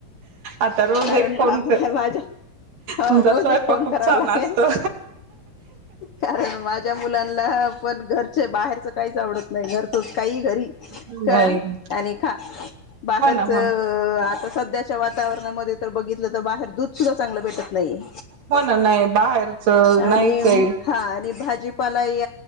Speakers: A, on the right; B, on the left.
A: आता रोज
B: कारण
A: एक फोन
B: बा
A: कर
B: माझ्या
A: तुमचा
B: हो रोज
A: स्वयंपाक
B: एक फोन
A: खूप
B: करावा
A: छान
B: लागेल
A: असतो
B: कारण माझ्या मुलांना पण घरचे बाहेरच काहीच आवडत नाही घर त काही घरी
A: हो ना
B: करा आणि बाहेरच
A: हो
B: आता
A: ना
B: सध्याच्या वातावरणामध्ये बघित तर बाहेर दूध सुधा चांगलं भेटत नाही
A: हो ना नाही बाहेरच
B: आणि
A: नाहीच आहे
B: हा आणि भाजीपालाय